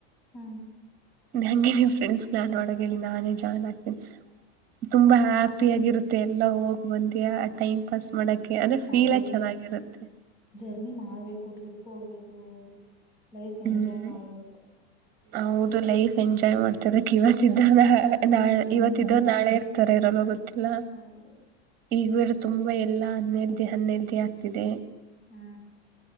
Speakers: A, on the left (about 45°); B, on the right (about 30°).
A: ಹ್ಮ್
B: ಹಗೆ ನಿಮ್ಮ ಫ್ರೆಂಡ್ಸ್ ಪ್ಲಾನ್ ಮಾಡಕೆ ಹೇಳಿ ನಾನೇ ಜಾಯ್ನ್ ಆಗ್ತೀನಿ ತುಂಬಾ ಹ್ಯಾಪಿ ಆಗಿರುತ್ತೆ ಎಲ್ಲ ಹೋಗ್ ಬಂದ್ಯಾ ಟೈಮ್ ಪಾಸ್ ಮಾಡಕ ಅಂದ್ರೆ
A: ಹೌದೌದು
B: ಫೀಲ್ ಚೆನ್ನಾಗಿರುತ್ತೆ
A: ಜರ್ನಿ ಮಾಡ್ಬೇಕು ಟ್ರಿಪ್ ಹೋಗ್ಬೇಕು ಲೈಫ್
B: ಹ್ಞೂ
A: ಎಂಜಾಯ್ ಮಾಡ್ಬೇಕು
B: ಹೌದು ಲೈಫ್ ಎಂಜಾಯ್ ಮಾಡ್ತಿರಬೇಕು ಇವತ್ತ ಇದ್ದವನು ನಾಳೆ
A: ಹ್ಮ್
B: ಇರ್ತಾರಾ ನಾಳೆ. ಇರುತರೋ ಇರಲ್ಲ ಗೊತ್ತಿಲ್ಲ
A: ಹೌದು
B: ಈಗ ತುಂಬಾ ಎಲ್ಲಾ ಆನ್ಎಲ್ಡಿ ಆನ್ಎಲ್ಡಿ ಆಗ್ತಿದೆ
A: ಹಾ